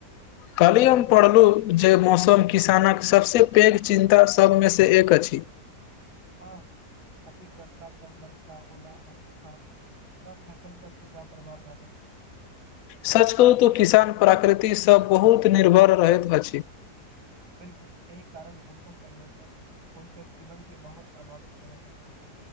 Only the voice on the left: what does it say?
कल्हि हम पढ़लु जे मौसम किसानक सबसे पैघ चिन्ता सबमे से एक अछि।
सच कहू तऽ किसान प्रकृतिसँ बहुत निर्भर रहैत अछि।